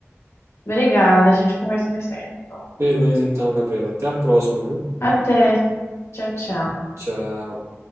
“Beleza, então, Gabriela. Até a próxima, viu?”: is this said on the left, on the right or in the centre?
Right